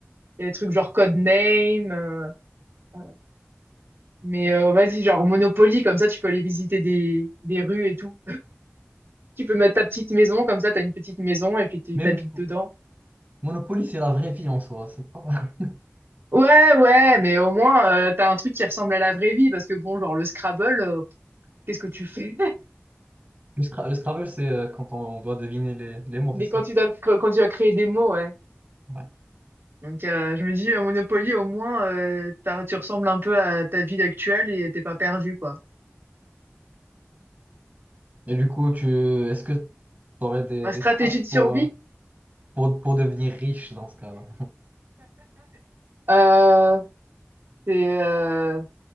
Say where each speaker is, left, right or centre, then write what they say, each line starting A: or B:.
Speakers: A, on the right; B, on the right.
A: il y a des trucs genre Codename. euh, euh, mais euh, vas-y, genre Monopoly, comme ça tu peux aller visiter des, des rues et tout. Tu peux mettre ta petite maison, comme ça t'as une petite maison et puis tu
B: Même
A: t'habites dedans.
B: Monopoly, c'est la vraie vie en soi. C'est pas... <laughs>
A: Ouais, ouais, mais au moins euh, t'as un truc qui ressemble à la vraie vie, parce que bon, genre le Scrabble, euh, qu'est-ce que tu fais?
B: Le, Scra- le Scrabble, c'est euh, quand on doit deviner les, les mots,
A: Dès
B: c'est ça.
A: quand tu candidats quand tu as créé des mots, ouais.
B: Ouais.
A: Donc euh, je me dis, euh, Monopoly, au moins, euh, t'as- tu ressembles un peu à ta ville actuelle et t'es pas perdu, quoi.
B: Et du coup, tu... est-ce que tu aurais des,
A: Ma stratégie
B: des strates
A: de survie,
B: pour, euh, pour, pour devenir riche dans ce cas-là?
A: euh, c'est, euh,